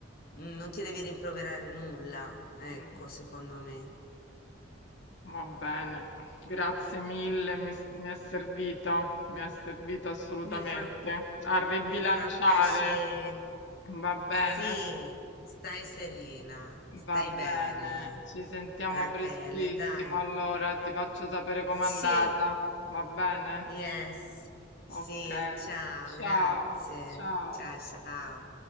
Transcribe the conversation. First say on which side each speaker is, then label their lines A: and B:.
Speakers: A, on the left (about 50°); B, on the left (about 75°).
A: mm, non ti devi rimproverare nulla, ecco,
B: Mm.
A: secondo me.
B: Va bene, grazie mille, mi, s- mi è servito, mi è servito assolutamente
A: Mi fa,
B: a ribilanciare.
A: mi fa piacere.
B: Va bene.
A: Sì, stai serena, stai
B: Va bene,
A: bene,
B: ci sentiamo
A: Rachele,
B: prestissimo.
A: dai.
B: Allora ti faccio sapere com'è andata.
A: Sì,
B: Va bene?
A: yes. Sì,
B: Ok.
A: ciao,
B: Ciao,
A: grazie.
B: ciao.
A: Ciao, ciao.